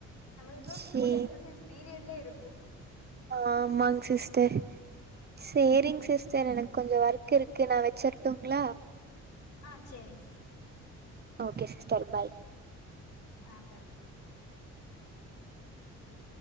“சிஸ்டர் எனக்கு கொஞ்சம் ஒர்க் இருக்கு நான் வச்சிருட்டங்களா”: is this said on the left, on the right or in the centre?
Right